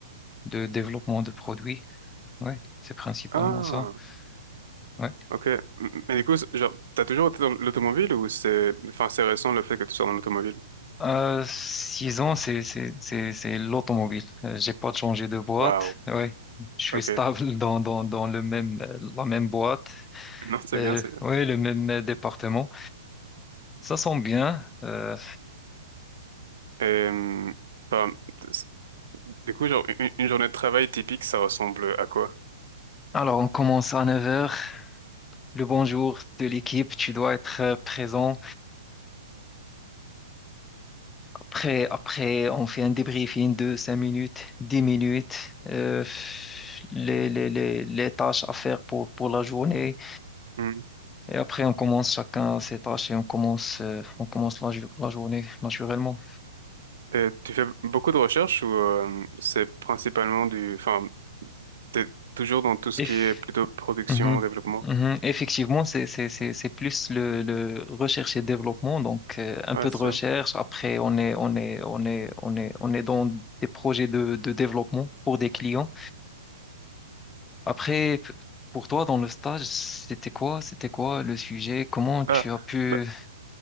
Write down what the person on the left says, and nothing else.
de développement de produits. Ouais, c'est principalement
ça. Ouais.
Euh, six ans, c'est c'est c'est c'est l'automobile. Euh, j'ai pas changé de boîte.
Ouais, je suis
stable
<laughs> dans dans dans le même euh, la même boîte.
Euh,
ouais, le même euh, département. Ça sent bien. Euh,
alors on commence à neuf heures. Le bonjour de l'équipe, tu dois être euh, présent Après, après, on fait un débriefing de 5 minutes, 10 minutes, euh, les, les, les, les tâches à faire pour, pour la journée.
Et après, on commence chacun ses tâches et on commence, euh, on commence la, jo- la journée naturellement.
Eff-
Mhm.
Mhm. Effectivement, c'est, c'est, c'est, c'est plus le, le recherche et développement. Donc, euh, un
peu de
recherche. Après, on est, on est, on est, on est, on est dans des projets de, de développement pour des clients. Après, p- pour toi, dans le stage, c'était quoi? C'était quoi le sujet? Comment tu
as pu...